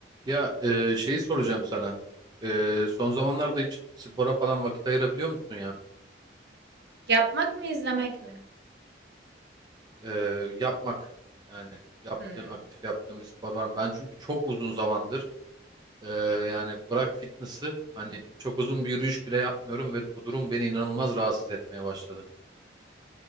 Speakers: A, on the right (about 20°); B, on the right (about 60°).
A: Ya e, şeyi soracağım sana. E, son zamanlarda hiç spora falan vakit ayırabiliyor musun ya?
B: Yapmak mı izlemek mi?
A: E, yapmak yani yaptığın
B: Hmm.
A: aktif yaptığın bir spor var mı? Ben çünkü çok uzun zamandır e, yani bırak fitness'ı hani çok uzun bir yürüyüş bile yapmıyorum ve bu durum beni inanılmaz rahatsız etmeye başladı.